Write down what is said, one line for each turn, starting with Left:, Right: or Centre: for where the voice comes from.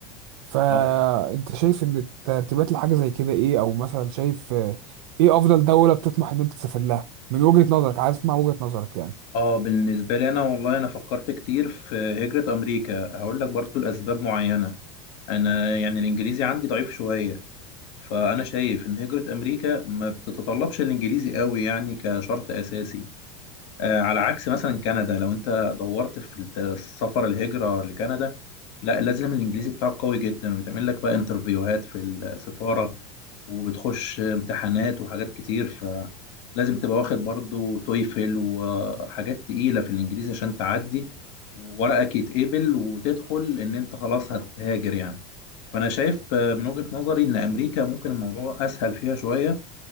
Right: فانت
Left: اه
Right: شايف ان الترتيبات لحاجه زي كده ايه او مثلا شايف آه، ايه افضل دوله بتطمح ان انت تسافر لها من وجهه نظرك عايز اسمع وجهه نظرك يعني
Left: اه بالنسبة لي انا والله انا فكرت كتير في هجرة امريكا هقول لك برضو الاسباب معينة انا يعني الانجليزي عندي ضعيف شوية فانا شايف ان هجرة امريكا ما بتتطلبش الانجليزي قوي يعني كشرط اساسي آه، على عكس مثلا كندا لو انت دورت في الت- السفر الهجرة لكندا لا لازم الانجليزي بتاعك قوي جدا وبيتعمل لك بقى انترفيوهات في السفارة وبتخش امتحانات وحاجات كتير فلازم تبقى واخد برضو تويفل وحاجات تقيلة في الانجليزي عشان تعدي وورقك يتقبل وتدخل ان انت خلاص هتهاجر يعني فانا شايف آه، من وجهة نظري ان امريكا ممكن الموضوع اسهل فيها شوية